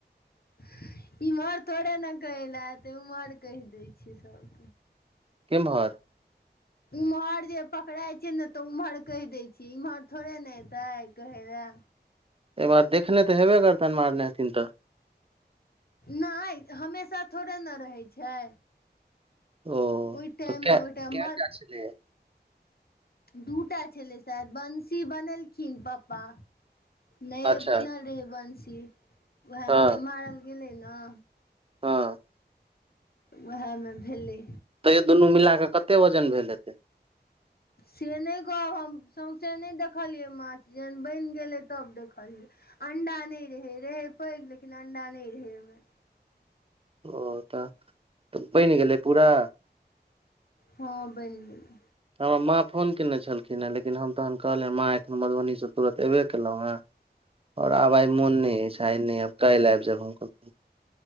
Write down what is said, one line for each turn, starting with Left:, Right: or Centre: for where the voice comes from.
Left: <inaudible> इम्हर थोड़े न कहै ला एतै उम्हर कहि दै छै सब।
Right: केम्हर?
Left: एम्हर जे पकड़ाइ छै ने तऽ ओम्हर कहि दै छै इम्हर थोड़े ने एतै कहै ला।
Right: आहि बा देखने तऽ हेबे करतनि मारने हेथिन तऽ?
Left: नै हमेशा थोड़े न रहै छै।
Right: ओ
Left: ओइ टाइममे
Right: तऽ कै
Left: ओइ टाइममे
Right: कै
Left: बड
Right: टा छलैया
Left: दूटा छलै शायद, बंसी बनेलखिन पप्पा। नये
Right: अच्छा
Left: बनल रहै बंशी <inaudible> उहे
Right: हँ
Left: मे जे मारल गेलै न।
Right: हँ।
Left: त उहे मे भेलै।
Right: तै दुनू मिलाके कते वजन भेल हेतै?
Left: से नै कहब हम, सौँसे नै देखलियै मांछ। जेहन बनि गेलै तब देखलियै। अंडा नै रहै, रहै पैघ लेकिन अंडा नै रहै ओइमे।
Right: ओ तऽ <inaudible> बनि गेलै पूरा?
Left: हँ बनि गेलै।
Right: हमरा माँ फोन केने छलखिन हेँ लेकिन हम क हम कहलिअनि माँ एखन हम मधुबनीसँ तुरत एबे केलौं हेँ हमरा आब आइ मोन नै अछि आइ नै आएब, काल्हि आबि जाबि हम कखनो।